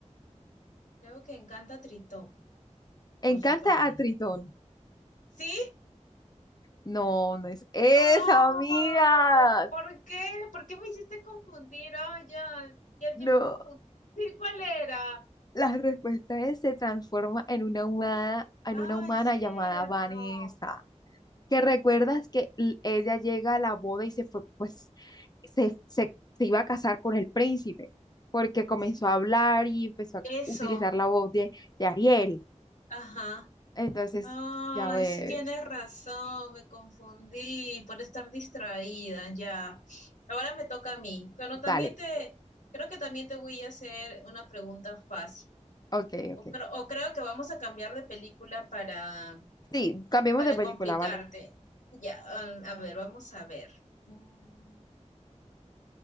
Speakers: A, on the left; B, on the left.
A: Creo que encanta Tritón.
B: Encanta
A: O ya perdí.
B: a Tritón.
A: ¿Sí?
B: No, no es esa,
A: Oh,
B: amiga.
A: ¿por qué? ¿Por qué me hiciste confundir? Oh, ya, ya,
B: No.
A: ya me confundí. Sí, ¿Cuál era?
B: La respuesta es se transforma en una humana, en
A: Ay,
B: una humana
A: cierto.
B: llamada Vanessa. Que recuerdas que l- ella llega a la boda y se fue, pues, se, se, se iba a casar con el príncipe, porque comenzó
A: Sí,
B: a hablar y empezó a
A: eso.
B: utilizar la voz de, de Ariel.
A: Ajá.
B: Entonces,
A: Ay,
B: ya ves.
A: sí tienes razón, me confundí por estar distraída, ya. Ahora me toca a mí, pero también
B: Dale.
A: te, creo que también te voy a hacer una pregunta fácil.
B: Ok,
A: O,
B: ok.
A: creo- o creo que vamos a cambiar de película para,
B: Sí, cambiemos
A: para
B: de película,
A: complicarte.
B: ¿vale?
A: Ya, ah, a ver, vamos a ver. Mm,